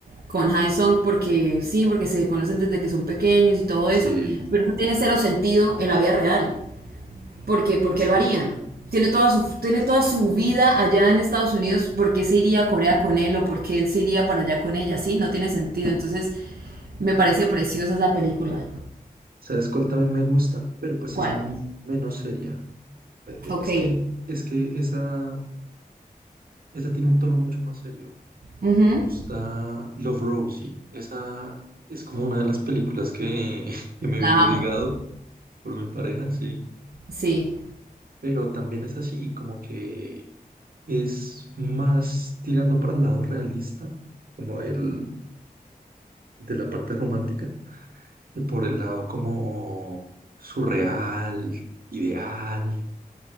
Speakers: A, on the right; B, on the right.
A: con Haesung porque sí, porque se conocen desde que son pequeños y todo eso,
B: Sí,
A: pero no tiene cero sentido en la vida real. ¿Por qué? ¿Por
B: sí.
A: qué lo harían? Tiene toda, su, tiene toda su vida allá en Estados Unidos, ¿por qué se iría a Corea con él o por qué él se iría para allá con ella? Sí, no tiene sentido. Entonces, me parece preciosa esa película.
B: ¿Sabes cuál también me gusta? Pero pues
A: ¿Cuál?
B: es m- menos seria. Eh, eh,
A: Ok.
B: Es que, es que esa, esa tiene un tono mucho más serio.
A: Ujú.
B: Me gusta Love, Rosie. Esa es como una de las películas que, <laughs> que me
A: La
B: vi obligado
A: amo.
B: por mi pareja, sí.
A: Sí.
B: Pero también es así, como que es más tirando para el lado realista, como del, de la parte romántica, y por el lado como surreal, ideal,